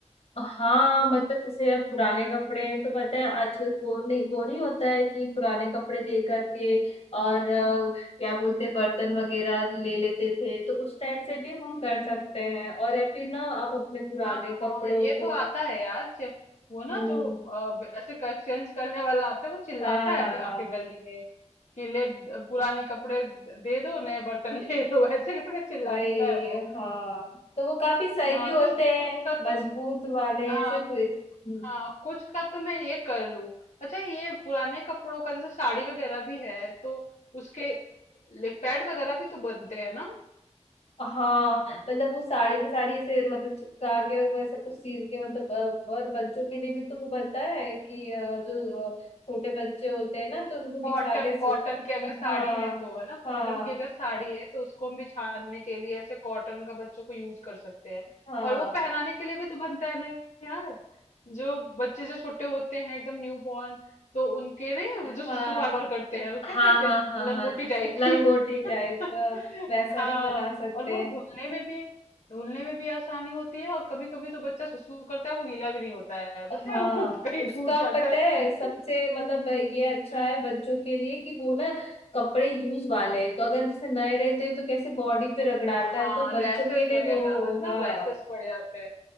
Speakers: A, on the left; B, on the left.
A: हाँ मतलब जैसे अब पुराने कपड़े हैं, तो पता है आजकल वो नहीं वो नहीं होता है कि पुराने कपड़े दे करके और अ, क्या बोलते हैं, बर्तन वगैरह ले लेते थे तो उस टाइप से भी हम कर सकते हैं और या फिर ना आप अपने पुराने
B: हाँ हाँ
A: कपड़ों
B: ये
A: को
B: तो आता है यार चे- वो ना
A: हम्म
B: जो अ, ब- ऐसे एक्सचेंज करने वाला आता है वो चिल्लाता
A: हाँ
B: है आके गली में कि ले द- पुराने कपड़े द- दे दो नए बर्तन <laughs> ले लो ऐसे करके चिल्लाता
A: वही
B: है वो
A: हाँ तो वो काफी सही
B: हाँ
A: भी होते
B: कुछ कुछ
A: हैं
B: का तो
A: मजबूत वाले
B: हाँ
A: ऐसे कुछ
B: हाँ कुछ का तो मैं ये कर लूं अच्छा ये पुराने कपड़ों का जैसे साड़ी वगैरह भी है तो उसके पैड वगैरह भी तो बनते हैं ना
A: हाँ मतलब वो साड़ी की साड़ी ऐसे मतलब चिपका के और वैसे कुछ सील के मतलब अ, और बच्चों के लिए भी तो वो बनता है कि अ, जो अ, छोटे बच्चे होते हैं ना तो उनको बिछा
B: कॉटन
A: के सु...
B: कॉटन की अगर साड़ी
A: हाँ
B: है तो है ना
A: हाँ
B: कॉटन की अगर साड़ी है तो उसको हम बिछाने के लिए ऐसे कॉटन का बच्चों को यूज कर सकते हैं
A: हाँ
B: और वो पहनाने के लिए भी तो बनता है ना यार जो बच्चे जो छोटे होते हैं एकदम न्यू बॉर्न तो उनके नहीं जो सुसु
A: हाँ
B: बार बार करते हैं वो
A: हाँ
B: क्या कहते
A: हाँ
B: हैं
A: हाँ
B: लंगोटी
A: हाँ
B: टाइप
A: लंगोटी
B: की
A: टाइप
B: <laughs>
A: वैसा
B: हाँ
A: भी बना सकते
B: और वो
A: हैं
B: धुलने में भी धुलने में भी आसानी होती है और कभी कभी तो बच्चा सुसु करता है वो गीला भी नहीं होता है पता
A: हाँ
B: है वो कहीं
A: उसका
B: दूर जाता
A: पता
B: है
A: है सबसे मतलब ये अच्छा
B: <laughs>
A: है बच्चों के लिए कि वो ना कपड़े यूज वाले हैं तो अगर जैसे नए रहते हैं तो कैसे बॉडी पे रगड़ाता
B: हाँ
A: है तो
B: रैसेस
A: बच्चों के लिए
B: वगैरह
A: वो
B: है ना
A: हाँ
B: रैसेस पड़ जाते हैं